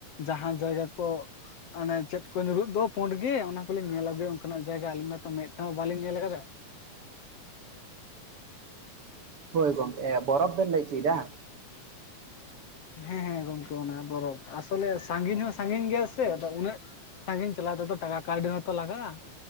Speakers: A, on the left; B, on the right.
A: ᱡᱟᱦᱟᱸ ᱡᱟᱭᱜᱟ ᱠᱚ ᱚᱱᱮ ᱪᱮᱫ ᱠᱚ ᱧᱩᱨᱦᱩᱜ ᱫᱚ ᱯᱳᱸᱰ ᱜᱮ ᱚᱱᱟ ᱠᱚᱞᱤᱧ ᱧᱮᱞ ᱟᱹᱜᱩᱭᱟ ᱚᱱᱠᱟᱱᱟᱜ ᱡᱟᱭᱜᱟ ᱟᱞᱤᱧ ᱢᱟᱛᱚ ᱢᱮᱫ ᱛᱮᱦᱚᱸ ᱵᱟᱹᱞᱤᱧ ᱧᱮᱞ ᱟᱠᱟᱫᱟ᱾
B: ᱦᱳᱭ ᱜᱚᱝᱠᱮ, ᱵᱚᱨᱯᱷ ᱵᱮᱱ ᱞᱟᱹᱭ ᱦᱚᱪᱚᱭ ᱫᱟ
A: ᱦᱮᱸ ᱦᱮᱸ ᱜᱚᱝᱠᱮ ᱚᱱᱟ ᱵᱚᱨᱚᱯ᱾ ᱟᱥᱚᱞᱮ ᱥᱟᱺ ᱜᱤᱧ ᱦᱚᱸ ᱥᱟᱺᱜᱤᱧ ᱜᱮᱭᱟ ᱥᱮ ᱟᱫᱚ ᱩᱱᱟᱹᱜ ᱥᱟᱺᱜᱤᱧ ᱪᱟᱞᱟᱣ ᱛᱮ ᱫᱚ ᱴᱟᱠᱟ ᱠᱟᱹᱣᱰᱤ ᱦᱚᱸ ᱛᱚ ᱞᱟᱜᱟᱜ-ᱟ